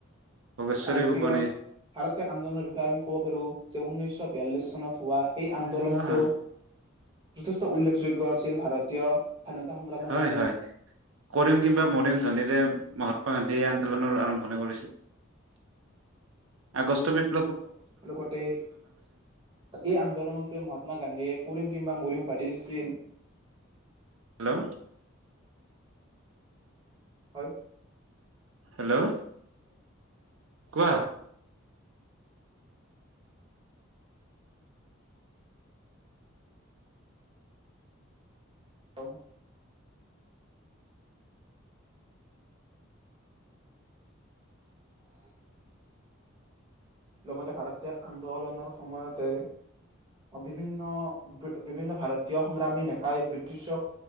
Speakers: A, on the right; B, on the right.
A: ভোগেশ্বৰী
B: ভাৰতীয়
A: ফুকনি
B: ভাৰত আন্দোলনৰ বিষয়ে আমি ক'ব পাৰো যে উঊনৈশ ছ বিয়াল্লিছ চত বা এই আন্দোলনটো
A: আহ
B: যথেষ্ট উল্লেখযোগ্য আছিল ভাৰতীয় স্বাধীনতা সংগ্ৰামৰ
A: হয়
B: কাৰণে
A: হয়
B: ।
A: কৰিম কিম্বা মৰিম ধনিৰে মহাত্মা গান্ধীয়ে এই আন্দোলনৰ আৰম্ভণি কৰিছিল আগষ্ট ।
B: লগতে এই আন্দোলনতে মহাত্মা গান্ধীয়ে কৰিম কিম্বা মৰিম । পাৰছিলিন
A: হেল্ল' ।
B: হয়।
A: হেল্ল' কোৱা ।
B: হ <inaudible> লগতে ভাৰতীয় আন্দোলনৰ সময়তে বিভিন্ন বিভিন্ন ভাৰতীয় সংগ্ৰামী নেতাই ব্ৰিটিছক